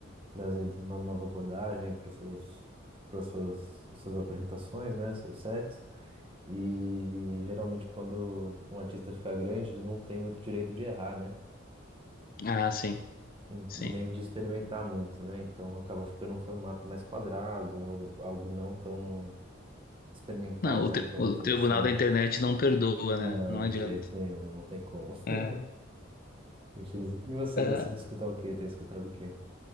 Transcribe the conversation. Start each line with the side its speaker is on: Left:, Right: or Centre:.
Right: trazendo uma nova abordagem para seus, para suas, suas apresentações, né, seus sets. E geralmente quando um artista fica grande, ele não tem muito direito de errar, né?
Left: ah, sim,
Right: E,
Left: sim.
Right: e nem de experimentar muito, né? Então acaba ficando um formato mais quadrado, ou algo não tão experimental,
Left: Não, o,
Right: né?
Left: tri-
Right: Vamos
Left: o
Right: dizer
Left: tribunal
Right: assim.
Left: da internet não perdoa,
Right: Não,
Left: né? Não adianta.
Right: de jeito nenhum, não tem como. <laughs>
Left: É.
Right: Infeliz- E você
Left: Ah,
Right: gosta de escutar o quê? Tem escutado o quê?